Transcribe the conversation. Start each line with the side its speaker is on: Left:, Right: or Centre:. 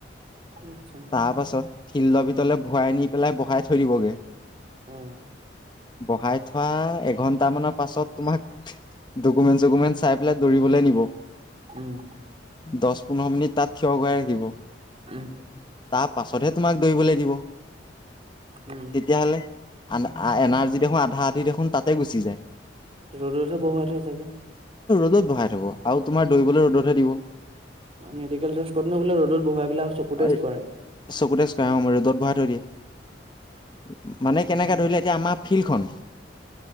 Right: আচ্ছা
Left: তাৰ পাছত ফিল্ডৰ ভিতৰলৈ ভৰাই নি পেলাই বহাই থৈ দিবগে।
Right: অ
Left: বহাই থোৱা এক ঘন্টামানৰ পাছত তোমাক ডকুমেণ্ট চকুমেন্ট চাই পেলাই দৌৰিবলৈ নিব।
Right: উম',
Left: দহ পোন্ধৰ মিনিট তাত থিয় কৰাই ৰাখিব।
Right: উম',
Left: তাৰ পাছতহে তোমাক দৌৰিবলৈ দিব,
Right: উম
Left: তেতিয়াহলে আনা এনাৰ্জি দেখোন আধা- আধি দেখোন তাতে গুচি যায়।
Right: ৰ'দতহে বহুৱাই থয় চাগে।
Left: ক'ত বহাই থব? আৰু তোমাক দৌৰিবলৈ ৰ'দতহে দিব।
Right: মেডিকেল টেষ্ট কৰোতে নে বোলে ৰ'দত বহুৱাই পেলাই আৰু চকু
Left: <unintelligible>
Right: টেষ্ট কৰে
Left: চকুতে <unintelligible> আৰু ৰ'দত বহাই থৈ দিয়ে। মানে কেনেকে
Right: উম
Left: ধৰিলে এতিয়া আমাক ফিল্ডখন